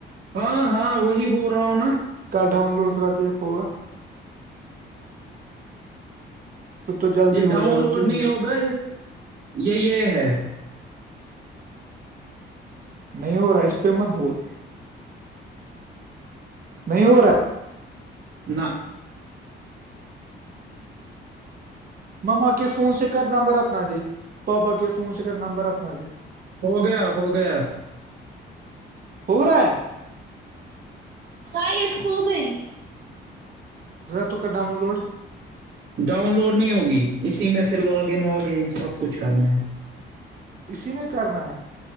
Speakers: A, on the right; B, on the right.
A: ہاں ہاں وہی بول رہا ہوں نا
B: کل ڈاؤن لوڈ سرا دیکھ ہوگا پھر تو جلدی
A: یہ
B: ہو
A: ڈاؤن
B: جائے گا
A: لوڈ
B: تو
A: نہیں
B: بھی
A: ہوگا یہ یہ ہے
B: نہیں ہو رہا ہے اس پی متبول نہیں ہو رہا ہے
A: نہ
B: مما کے فون سے کر نمبر اپنا دے پاپا کے فون سے کرنا نمبر اپنا دے
A: ہو گیا ہو گیا
B: ہو رہا ہے
A: سائٹ کھل گئی
B: ذرا تو کا ڈان لوڈ
A: ڈاؤن لوڈ نہیں ہوگی اسی میں پھر لاگ ان واگنگ سب کچھ کرنا ہے
B: اسی میں کرنا ہے